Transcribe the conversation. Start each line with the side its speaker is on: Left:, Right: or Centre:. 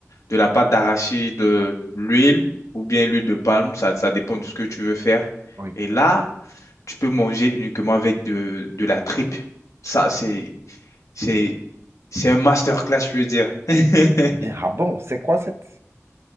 Left: de la pâte d'arachide, de l'huile ou bien l'huile de palme. Ça, ça dépend de ce que tu veux faire.
Right: oui.
Left: Et là, tu peux manger uniquement avec de, de la tripe. Ça, c'est, c'est, c'est un masterclass, je veux dire. <laughs>
Right: Bien, ah bon, c'est quoi cette,